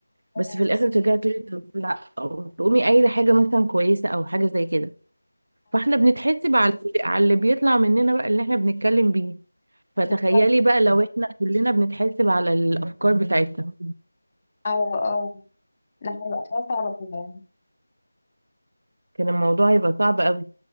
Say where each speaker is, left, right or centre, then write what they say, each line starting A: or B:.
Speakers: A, on the left; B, on the right.
A: حقيقة
B: بس في الاخر ترجعي تقولي طب لا او تقومي قايله حاجه مثلا كويسه او حاجه زي كده فاحنا بنتحسب على على اللي بيطلع مننا بقى اللي احنا بنتكلم بيه فتخيلي
A: بالظبط
B: بقى لو احنا كلنا بنتحسب على الافكار بتاعتنا
A: اه اه لا هيبقى حاجة صعبة فعلا
B: كان الموضوع هيبقى صعب قوي